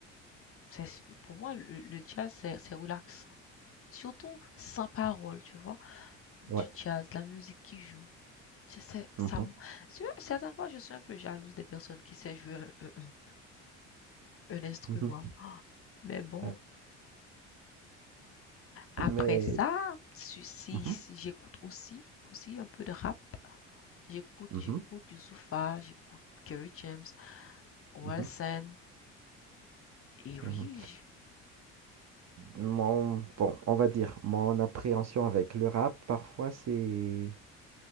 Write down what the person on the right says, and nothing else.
Ouais.
mhm,
mhm,
ouais.
Mais.
mhm,
mhm,
mhm,
mhm.
Mon, bon, on va dire, mon appréhension avec le rap, parfois, c'est,